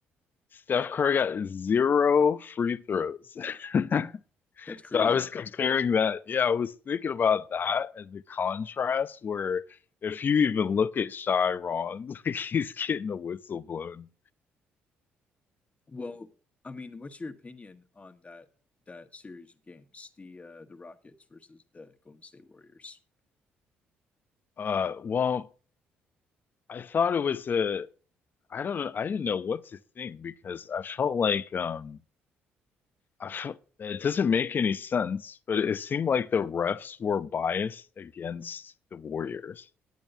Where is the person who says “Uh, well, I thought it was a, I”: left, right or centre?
Left